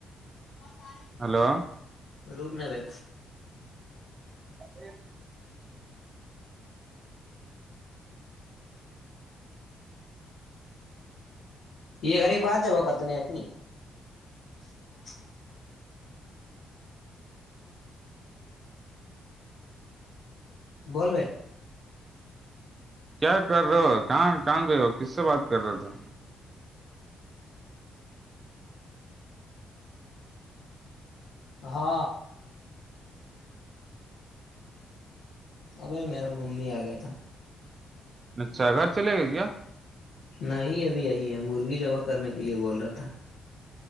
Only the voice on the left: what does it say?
سار
رک نا رے
یہ گھر کے بعات جبا کرتے ن خنی چ بول بے
ہاں ابھے میرا ممی آ گیا تھا
نہیں ابھی یہی ہے مرغی زبہ کرنے کے لیے بول رہا تھا